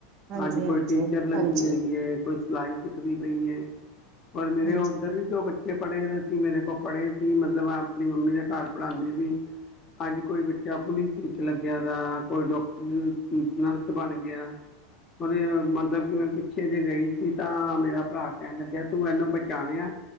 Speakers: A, on the right (about 40°); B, on the left (about 25°).
A: ਹਾਂਜੀ
B: ਅੱਜ
A: ਹਾਂਜੀ
B: ਕੋਈ ਟੀਚਰ ਲੱਗੀ
A: ਹਾਂਜੀ
B: ਹੋਈ ਏ ਕੋਈ ਸਿਲਾਈ ਸਿੱਖਦੀ ਪਈ ਏ। ਪਰ ਮੇਰੇ
A: ਹਾਂਜੀ
B: ਉੱਧਰ ਵੀ ਜੋ ਬੱਚੇ ਪੜ੍ਹੇ ਦੇ ਸੀ ਮੇਰੇ ਕੋਲ ਪੜ੍ਹੇ ਸੀ ਮਤਲਬ ਮੈਂ ਆਪਣੀ ਮੰਮੀ ਦੇ ਘਰ ਪੜ੍ਹਾਦੀਂ ਸੀ। ਅੱਜ ਕੋਈ ਬੱਚਾ ਪੁਲਿਸ ਵਿੱਚ ਲੱਗਿਆ ਦਾਾ ਕੋਈ ਡਾਕਟਰ ਨਰਸ ਬਣ ਗਿਆ। ਮਤਲਬ ਕਿ ਮੈਂ ਪਿੱਛੇ ਜੇ ਗਈ ਸੀ ਤਾਂ ਮੇਰਾ ਭਰਾ ਕਹਿਣ ਲੱਗਿਆ ਤੂੰ ਇਹਨੂੰ ਪਹਿਚਾਣਿਆ